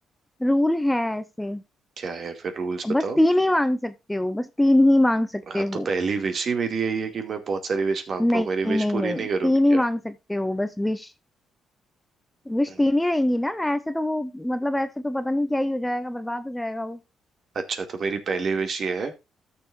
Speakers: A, in the centre; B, on the right.
A: रूल है ऐसे
B: क्या है फिर रूल्स बताओ
A: बस तीन ही मांग सकते हो बस तीन ही मांग सकते
B: हाँ
A: हो
B: तो पहली विश ही मेरी यही है कि मैं बहुत सारी विश मांग
A: नहीं
B: पाऊँ मेरी विश
A: नहीं
B: पूरी
A: नहीं
B: नहीं करोगी
A: तीन ही
B: क्या
A: मांग सकते हो बस विश विश
B: हम्म,
A: तीन ही रहेंगी ना ऐसे तो वो मतलब ऐसे तो पता नहीं क्या ही हो जाएगा बर्बाद हो जाएगा वो
B: अच्छा तो मेरी पहली विश ये है